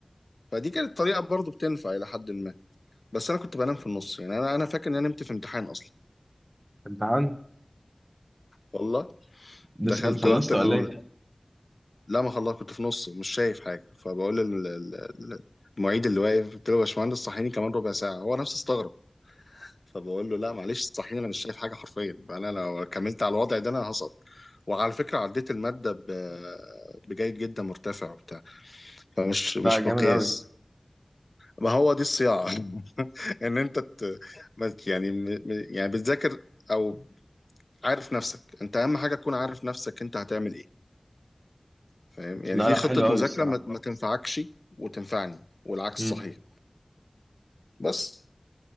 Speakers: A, on the left; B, on the right.
A: فدي كانت طريقة برضو بتنفع إلى حد ما بس أنا كنت بنام في النص يعني أنا أنا فاكر إن أنا نمت في امتحان أصلا
B: امتحان
A: والله
B: لسه
A: دخلت
B: كنت خلصت
A: قلت له
B: ولا ايه
A: لا ما خلاص كنت في نص مش شايف حاجة فبقول لل- ال- ال- المعيد اللي واقف قلت له يا باشمهندس صحيني كمان ربع ساعة هو نفسه استغرب فبقول له لا معلش صحيني أنا مش شايف حاجة حرفيا أنا لو كملت على الوضع ده أنا هسقط وعلى فكرة عديت المادة ب- بجيد جدا مرتفع فمش مش
B: لا جامد
A: مقياس
B: قوي
A: ما هو دي الصياعة <laughs> ان انت ت... ما- يعني م... م- يعني بتذاكر او عارف نفسك انت اهم حاجة تكون عارف نفسك انت هتعمل ايه فاهم يعني
B: لا
A: في
B: لا
A: خطة
B: حلو قوي
A: مذاكرة
B: الصراحه
A: ما... ما تنفعكش وتنفعني والعكس
B: مم.
A: صحيح بس